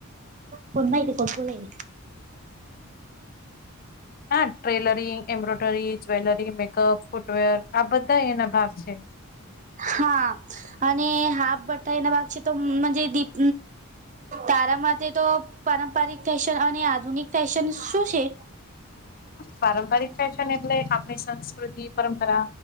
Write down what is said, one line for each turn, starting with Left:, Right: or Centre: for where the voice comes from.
Right: કોણ માહિત કોણ બોલા
Left: હા tailoring embroidery jewellery makeup footwear આ બધા એના ભાગ છે
Right: હા અને હાફ ભઠાઈ ના ભાગ છે તો દીપ તારા માટે તો પારંપારિક ફેશન અને આધુનિક ફેશન શું છે
Left: પારંપરિક ફેશન એટલે આપણી સંસ્કૃતિ પરંપરા